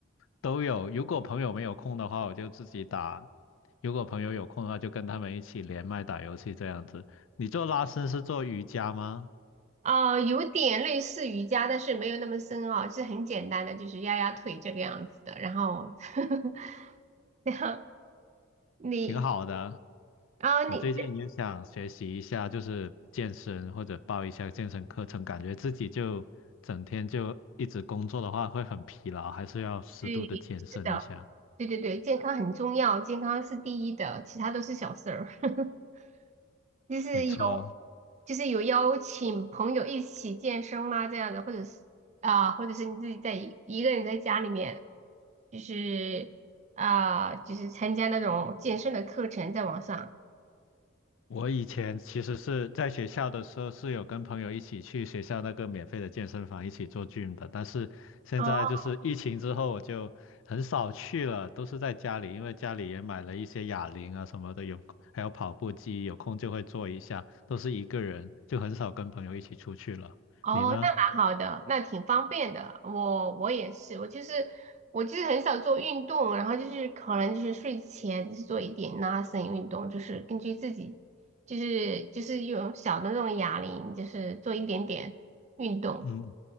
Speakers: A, on the left; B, on the right.
A: 都有。如果朋友没有空的话，我就自己打；如果朋友有空的话，就跟他们一起连麦打游戏这样子。你做拉伸是做瑜伽吗？
B: 呃，有点类似瑜伽，但是没有那么深奥，就是很简单的，就是压压腿这个样子的。然后，<laughs> 然后你
A: 挺好的。
B: 啊、
A: 我最近也想学习一下，
B: 你。
A: 就是健身或者报一下健身课程，感觉自己就整天就一直工作的话会很疲劳，还是要适度的健身一下。
B: 对，是的，对对对，健康很重要，健康是第一的，其他都是小事儿。<laughs> 就是有，
A: 没错，
B: 就是有邀请朋友一起健身吗？这样的，或者是啊、或者是你自己在一一个人在家里面，就是啊、就是参加那种健身的课程，在网上。
A: 我以前其实是在学校的时候是有跟朋友一起去学校那个免费的健身房一起做 gym 的，但是现在就是疫情之后我就很少去了，
B: 哦
A: 都是在家里，因为家里也买了一些哑铃啊什么的，有还有跑步机，有空就会做一下，都是一个人，就很少跟朋友一起出去了。
B: 哦，
A: 你呢？
B: 那蛮好的，那挺方便的。我我也是，我就是我就是很少做运动，然后就是可能就是睡前就是做一点拉伸运动，就是根据自己就是就是用小的那种哑铃，就是做一点点运动，
A: 嗯，